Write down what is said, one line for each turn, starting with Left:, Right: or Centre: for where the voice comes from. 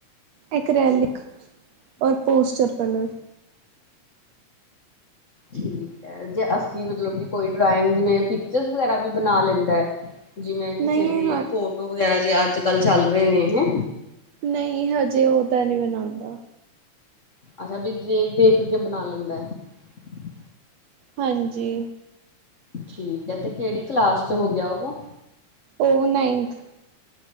Right: ਇਕ੍ਰਲਿਕ ਔਰ ਪੋਸਟਰ ਕਲਰ।
Left: ਠੀਕ। ਜੇ ਅਸੀਂ ਮਤਲਬ ਕਿ, ਕੋਈ ਡਰਾਇੰਗ, ਜਿਵੇਂ ਪਿਕਚਰਜ਼, ਵਗੈਰਾ ਵੀ ਬਣਾ ਲੈਂਦਾ ਹੈ। ਜਿਵੇਂ ਕਿਸੇ
Right: ਨਹੀਂ
Left: ਦੀ
Right: ਹਾਂ
Left: ਫੋਟੋ- ਵਗੈਰਾ ਜੇ ਅੱਜ ਕੱਲ ਚੱਲ ਰਹੇ ਨੇ ਹੈ।
Right: ਨਹੀਂ- ਹਜੇ ਉਹ ਤਾਂ ਨਹੀਂ ਬਣਾਉਂਦਾ।
Left: ਅੱਛਾ ਵੀ, ਦੇਖ-ਦੇਖ ਕੇ ਬਣਾ ਲੈਂਦਾ ਹੈ।
Right: ਹਾਂਜੀ।
Left: ਠੀਕ ਹੈ। ਤੇ ਕਿਹੜੀ ਕਲਾਸ ਚ ਹੋ ਗਿਆ ਉਹ?
Right: ਉਹ ਨਾਈਨਥ।